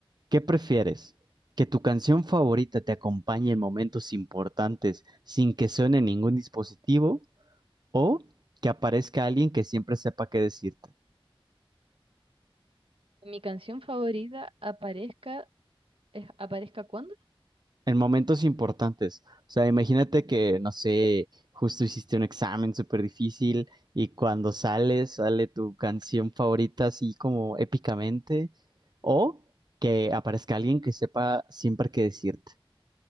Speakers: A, on the right; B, on the right.
A: ¿qué prefieres? ¿Que tu canción favorita te acompañe en momentos importantes sin que suene ningún dispositivo? ¿O que aparezca alguien que siempre sepa qué decirte?
B: Mi canción favorita aparezca, es- ¿aparezca cuándo?
A: En momentos importantes. O sea, imagínate
B: Mm.
A: que, no sé, justo hiciste un examen súper difícil y cuando sales, sale tu canción favorita así como épicamente. O que aparezca alguien que sepa siempre qué decirte.